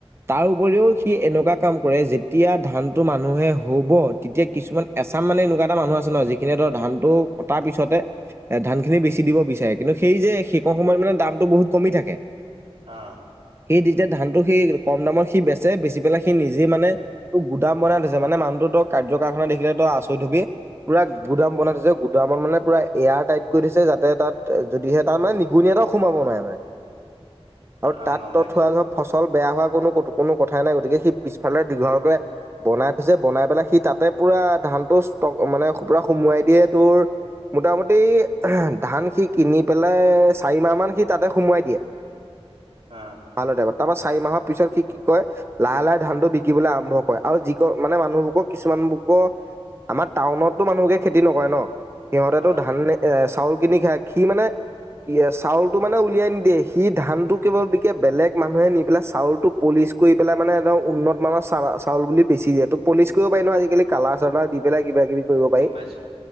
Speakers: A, on the right; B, on the right.
A: তাৰ উপৰিও সি এনেকুৱা কাম কৰে, যেতিয়া ধানতটো মানুহে হ'ব তেতিয়া কিছুমান এছাম মানে এনেকুৱা এটা মানুহ আছে ন যিখিনিয়ে ধৰ ধানটো কাৰ পিছতে এ, ধান খিনি বেছি দিব বিচাৰে। কিন্তু সেই যে সেইকণ সময়ত মানে দামটো বহুত কমি থাকে।
B: অ'।
A: সেই তেতিয়া ধানটো সি কম দামত সি বেছে। বেচি পেলাই সি নিজে মানে তোক গুদাম বনাই থৈছে, মানে মানুহটো তই কাৰ্য কাৰখানা দেখিলে তই আচৰিত হ'বি। পুৰা গুদাম বনাই থৈছে। গুদামত মানে পুৰা এয়াৰ টাইট কৰি থৈছে, যাতে তাত যদিহে তাৰমানে নিগুনি এটাও সোমাব নোৱাৰা মানে। আৰু
B: অ
A: তাত
B: গম পাইছো
A: তই থোৱা ধোৱা ফচল বেয়া হোৱা কোনো কোনো কথাই নাই, গতিকে সি পিছফালে দীঘলকৈ বনাই থৈছে, বনাই পেলাই সি তাতে পুৰা ধানটো ষ্টক মানে পুৰা সোমোৱাই দিয়ে তোৰ মোটামুটি ধান সি কিনি পেলাই, চাৰিমাহ মান সি তাতে সোমোৱাই দিয়ে।
B: হম।
A: ভাল হৈ থাকক। তাৰপা চাৰিমাহৰ পিছত সি কি কয় লাহে লাহে ধানটো বিকিবলৈ আৰম্ভ কৰে আৰু যিক মানে মানুহবোৰাক কিছুমানবোৰক আমাৰ টাউনতো মানুহকে খেতি নকৰে ন' সিহঁতেতো
B: অ
A: ধানে এ, চাউল কিনি খাই, সি মানে কি চাউলটো মানে উলিয়াই নিদিয়ে সি ধানটো কেৱল বিকে বেলেগ মানুহে নি পেলাই চাউলটো পলিচ কৰি পেলাই মানে একদম উন্নত মানৰ চা-চাউল বুলি বেচি দিয়ে টোক পলিচ কৰিব পাৰি নহয় আজিকালি, কালাৰ চালাৰ দি পেলাই কিবা কিবি কৰিব পাৰি
B: গম পাইছো